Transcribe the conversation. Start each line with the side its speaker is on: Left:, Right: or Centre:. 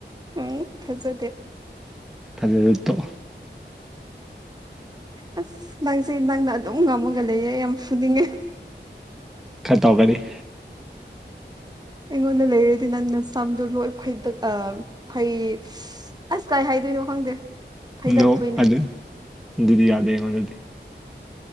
Right: ꯎꯝ ꯊꯖꯗꯦ
Centre: ꯊꯖ ꯇꯣ
Right: ꯑꯁ ꯅꯪꯁꯦ ꯅꯪꯅ ꯑꯗꯨꯝ ꯉꯝꯃꯒ ꯂꯩꯌꯦ ꯌꯥꯝ ꯐꯨꯅꯤꯡꯉꯦ
Centre: ꯈꯔ ꯇꯧꯒꯅꯤ
Right: ꯑꯩꯉꯣꯟꯗ ꯂꯩꯔꯗꯤ ꯅꯪꯅ ꯁꯝꯗꯣ ꯂꯣꯏ ꯐꯩꯗ ꯑ ꯐꯩ ꯑꯁ ꯀꯥꯏ ꯍꯥꯏꯗꯣꯏꯅꯣ ꯈꯪꯗꯦ ꯐꯩꯗꯠꯇꯣꯏꯅꯦ
Centre: ꯗꯣ ꯑꯗꯨ ꯑꯗꯨꯗꯤ ꯌꯥꯗꯦ ꯑꯩꯉꯣꯟꯗꯗꯤ